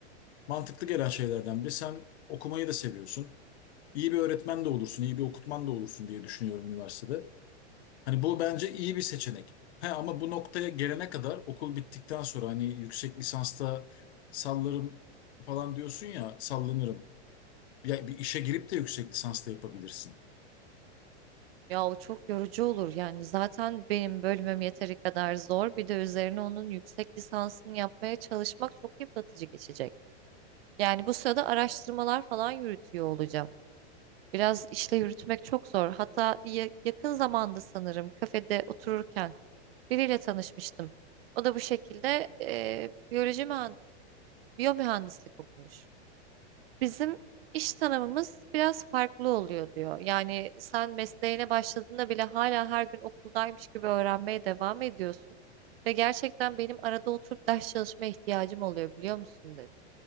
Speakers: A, on the left; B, on the right.
A: mantıklı gelen şeylerden biri. Sen okumayı da seviyorsun. İyi bir öğretmen de olursun, iyi bir okutman da olursun diye düşünüyorum üniversitede. Hani bu bence iyi bir seçenek. He, ama bu noktaya gelene kadar okul bittikten sonra hani yüksek lisansta sallarım falan diyorsun ya sallanırım. Ya bir işe girip de yüksek lisansta yapabilirsin.
B: Ya o çok yorucu olur yani zaten benim bölümüm yeteri kadar zor bir de üzerine onun yüksek lisansını yapmaya çalışmak çok yıpratıcı geçecek. Yani bu sırada araştırmalar falan yürütüyor olacağım. Biraz işle yürütmek çok zor. Hatta ya- yakın zamanda sanırım kafede otururken biriyle tanışmıştım. O da bu şekilde eee biyoloji mühen- biyomühendislik okumuş. Bizim iş tanımımız biraz farklı oluyor diyor. Yani sen mesleğine başladığında bile hala her gün okuldaymış gibi öğrenmeye devam ediyorsun. Ve gerçekten benim arada oturup ders çalışma ihtiyacım oluyor biliyor musun dedi.